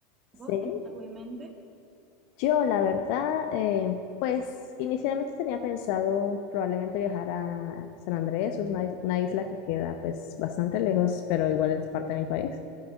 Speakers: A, on the right (about 30°); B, on the left (about 55°).
A: ¿Vos
B: Sí.
A: tenés algo en mente?
B: Yo, la verdad, eh, pues inicialmente tenía pensado probablemente viajar a San Andrés, es una, is- una isla que queda pues bastante lejos, pero igual es parte de mi país.